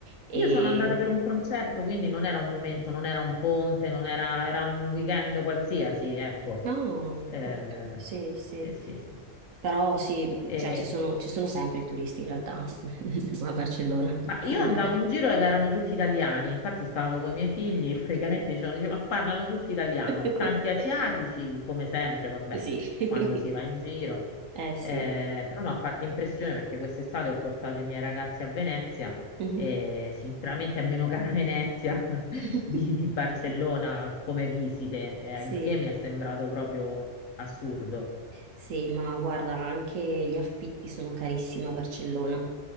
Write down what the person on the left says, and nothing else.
Io sono andata per un concerto, quindi non era un momento, non era un ponte, non era, era un weekend qualsiasi, ecco.
Eh,
sì, sì,
sì.
Ma
io andavo in giro ed erano tutti italiani, infatti stavo con i miei figli, <laughs> praticamente dicevano, dicevo, ma parlano tutti italiano,
tanti asiatici, come sempre, vabbè,
quando si va in giro.
Eh, però mi ha fatto impressione perché quest'estate ho portato i miei ragazzi a Venezia
e sinceramente è meno cara Venezia
<laughs> di, di Barcellona come visite, eh,
il che mi è sembrato proprio assurdo.